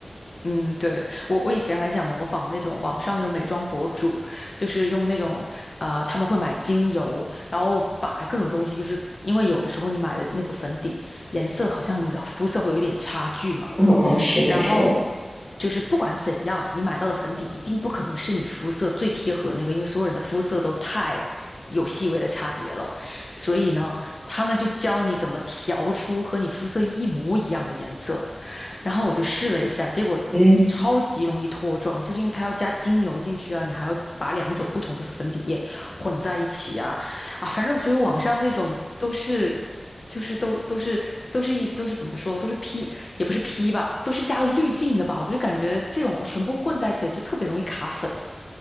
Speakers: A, on the left; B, in the centre.
A: 嗯对，我我以前还想模仿那种网上那种美妆博主，就是用那种呃他们会买精油，然后把各种东西，就是因为有的时候你买的那个粉底颜色好像和你的肤色会有一点差距嘛。
B: 嗯嗯，是的，
A: 然后
B: 是的，
A: 就是不管怎样，你买到的粉底一定不可能是你肤色最贴合的那个，因为所有人的肤色都太有细微的差别了。所以呢，他们就教你怎么调出和你肤色一模一样的颜色。然后我就试了一下，结果超级容易脱妆，
B: 嗯。
A: 就是因为它要加精油进去啊，你还要把两种不同的粉底液混在一起啊，啊，反正就是网上那种都是。就是都都是都是一都是怎么说，都是 P 也不是 P 吧，都是加了滤镜的吧，我就感觉这种全部混在一起的就特别容易卡粉。